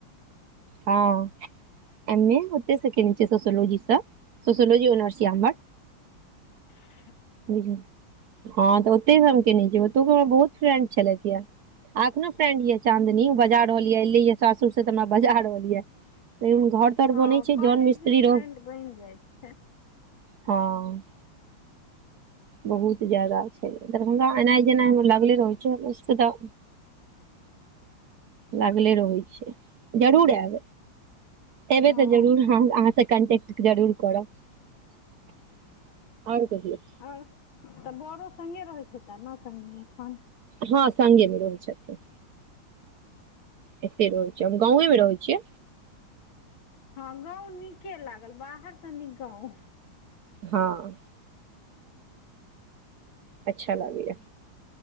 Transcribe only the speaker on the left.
<inaudible>
हँ
कॉलेज
मे फ्रेंड
बनि जाइ छै
हँ
और, तऽ बड़ो सङ्गे रहैत हेता ने संग में एखन?
हँ गाँंव नीके लागल, बाहरसँ नीक गाँव।